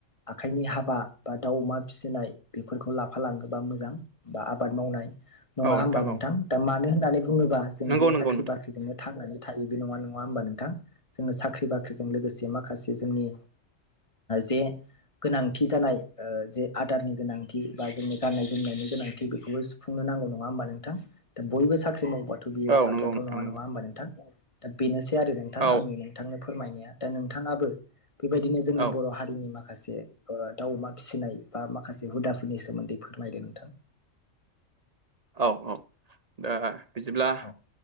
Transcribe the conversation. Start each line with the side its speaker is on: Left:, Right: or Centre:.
Left: आखाइनि हाबा बा दाउ अमा फिसिनाय बेफोरखौ लाफालाङोबा मोजां। बा आबाद मावनाय नङा
Right: औ
Left: होमबा नोंथां
Right: औ
Left: दा मानो होननानै बुङोबा जों
Right: नंगौ
Left: जे
Right: नंगौ
Left: साख्रि
Right: नोंथां
Left: बाख्रि। बेोंनो थांनानै थायो बे नङा नङा होनबा नोंथां जोङो साख्रि बाख्रिजों लोगोसे माखासे जोंनि जे गोनांथि जानाय जे आदारनि गोनांथि बा जोंनि गाननाय जोमनायनि गोनांथि बेखौबो। खुंनो नांगौ नङा होमबा नोंथां? दा बयबो साख्रि मावबाय थ' बियो
Right: औ
Left: साब्लाथ'
Right: नंगौ नोंथां
Left: नङा
Right: नंगौ
Left: नङा होमबा नोंथां दा बेनोसै आरो नोंथां
Right: औ
Left: आंनि नोंथांनो फोरमायनाया। दा नोंथाङाबो बेबायदिनो जोंनि
Right: औ
Left: बर' हारिनि माखासे। दाउ अमा फिसिनाय बा माखासे हुदाफोरनि सोमोन्दै फोरमायदो नोंथां।
Right: औ औ दा बिदिब्ला
Left: औ